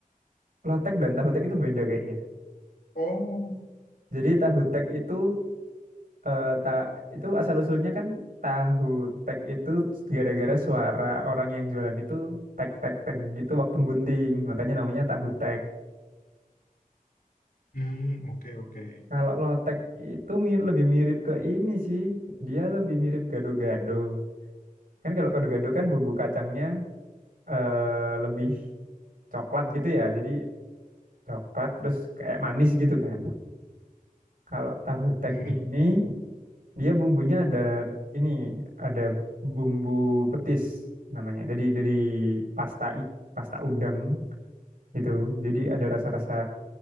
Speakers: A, on the right (about 75°); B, on the left (about 85°).
A: lotek dan tahu tek itu beda kayaknya
B: Oh,
A: jadi tahu tek itu eh ta itu asal usulnya kan tahu tek itu gara-gara suara orang yang jualan itu tek tek tek gitu waktu gunting makanya namanya tahu tek
B: hmm, oke oke.
A: kalau lotek itu mi- lebih mirip ke ini sih dia lebih mirip gado-gado kan kalau gado-gado kan bumbu kacangnya eh lebih coklat gitu ya jadi coklat terus kayak manis gitu kan kalau tahu tek
B: Hmm, hmm.
A: ini Dia bumbunya ada ini, ada bumbu petis namanya. Jadi dari pasta i- pasta udang gitu. Jadi ada rasa-rasa